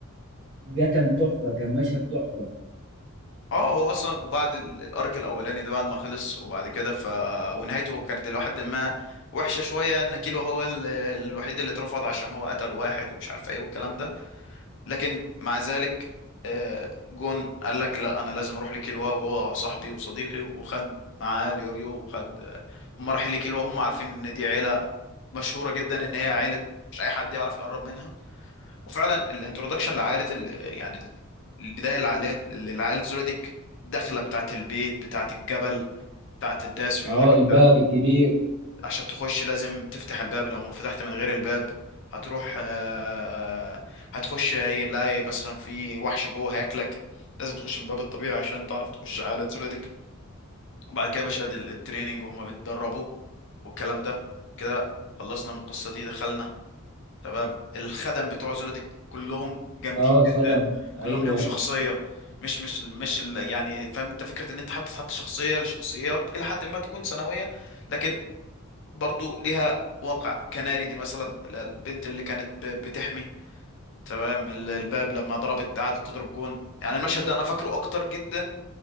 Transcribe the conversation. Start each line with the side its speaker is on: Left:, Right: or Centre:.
Right: ده كان تحفه كان مشهد تحفه
Left: اه هو اصلا وبعد ال- الارك الاولاني ده بعد ما خلص وبعد كده ف ونهايته كانت الى حد ما وحشه شويه ان كيلو هو ال... الوحيد اللي اترفض عشان هو قتل واحد ومش عارف ايه والكلام ده لكن مع ذلك آه، جون قال لك لا انا لازم اروح لكيلوا وهو صاحبي وصديقي وخد معاه اليوريو وخد آه، هم رايحين لكيلوا وهم عارفين ان دي عيله مشهوره جدا ان هي عيله مش اي حد يعرف يقرب منها وفعلا الانترودكشن لعائله ال- يعني البدايه لعائله لعائله زولوديك الدخله بتاعت البيت بتاعت الجبل بتاعت الناس فيقول
Right: اه
Left: لك
Right: الباب الكبير
Left: عشان تخش لازم تفتح الباب لو ما فتحت من غير الباب هتروح آه، آه، هتخش هيلاقي مثلا في وحش جوه هياكلك لازم تخش من الباب الطبيعي عشان تعرف تخش على زولتك وبعد كده مشاهد التريننج وهما بيتدربوا والكلام ده كده خلصنا من القصة دي دخلنا تمام الخدم بتوع زولتك كلهم جامدين
Right: اه الخدم
Left: جدا
Right: ايوه
Left: كلهم ليهم شخصية مش مش مش ال- يعني فاهم انت فكرة ان انت حاطط حط شخصية لشخصيات الى حد ما تكون ثانوية لكن برضو ليها واقع كناري دي مثلا ال- البنت اللي كانت ب- بتحمي تمام ال- الباب لما ضربت قعدت تضرب جون يعني المشهد ده انا فاكره اكتر جدا